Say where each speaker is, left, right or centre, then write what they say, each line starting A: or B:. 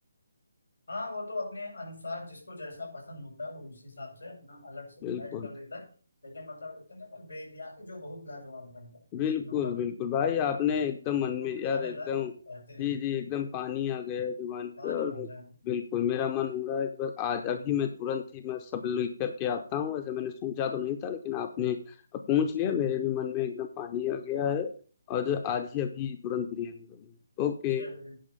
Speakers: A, on the left (about 75°); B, on the left (about 25°).
A: हाँ वो तो अपने अनुसार जिसको जैसा पसंद होता है वो उस हिसाब से अपना अलग से
B: बिल्कुल
A: ऐड कर लेता है लेकिन मतलब इतने बिरयानी जो बहुत लाजवाब बनता है
B: बिल्कुल
A: एक नंबर
B: बिल्कुल भाई
A: हम्म,
B: आपने एकदम
A: तो
B: मन में
A: खाने
B: यार एकदम
A: लायक कहते हैं
B: जी जी एकदम पानी आ गया है जुबान
A: पानी
B: पे और
A: आ जाए
B: बिल्कुल मेरा मन हो रहा है कि बस आज
A: हम्म,
B: अभी मैं तुरंत ही मैं सब लिख करके आता हूँ ऐसे मैंने सोचा तो नहीं था लेकिन आपने पूछ लिया मेरे भी मन में एकदम पानी आ गया है और जो आज ही अभी तुरंत बिरयानी बनी ओके
A: चलिए